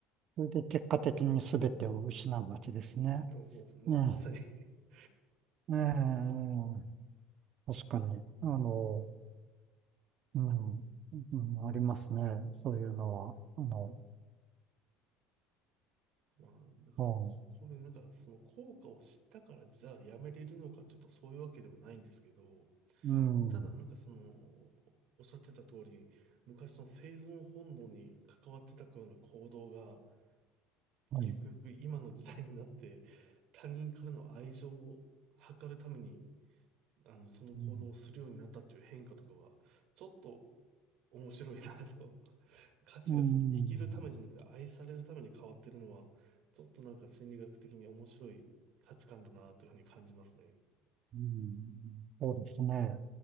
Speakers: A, on the right; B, on the right.
A: それで結果的に全てを失うわけですね。
B: もうま、
A: うん。
B: まさに <laughs>
A: ええ、確かに。あの、うん、うん、ありますね。そういうのは。あの、
B: まあ、なんかこ、
A: う
B: こういうなんかその効果を知ったからじゃあやめれるのかというとそういうわけでもないんですけど、
A: ん、うん、
B: ただなんかその、おっしゃってた通り、昔の生存本能に関わってたような行動が、
A: はい。
B: ゆくゆく今の時代になって、<laughs> 他人からの愛情を図るために、あの、その行動をするようになったっていう変化とかは、
A: うん、
B: ちょっと面白いなと。<laughs> 価値がその生きるためじゃなくて愛されるために変わってるのは、
A: うん、
B: ちょっとなんか心理学的に面白い価値観だなというふうに感じますね。
A: うんそうですね。